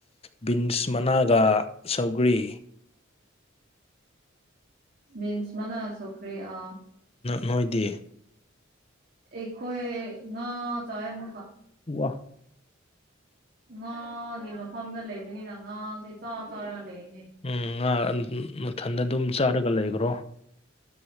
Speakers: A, on the left; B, on the right.
A: ꯕꯤꯟꯁ ꯃꯅꯥ ꯒꯥ ꯁꯧꯒ꯭ꯔꯤ
B: ꯕꯤꯟꯁ ꯃꯅꯥ ꯁꯧꯒ꯭ꯔꯤ ꯑ
A: ꯅꯣꯏꯗꯤ
B: ꯑꯩꯈꯣꯏ ꯉꯥ ꯆꯥꯏꯌꯦ ꯑꯃꯨꯛꯀ
A: ꯋꯥ
B: ꯉꯥꯒꯤ ꯃꯐꯝꯗ ꯂꯩꯕꯅꯤꯅ ꯉꯥꯁꯦ ꯆꯥ ꯆꯥꯔ ꯂꯩꯔꯤꯅꯦ
A: ꯎꯝ ꯉꯥ ꯃꯊꯟꯗ ꯑꯗꯨꯝ ꯆꯥꯔꯒ ꯂꯩꯈ꯭ꯔꯣ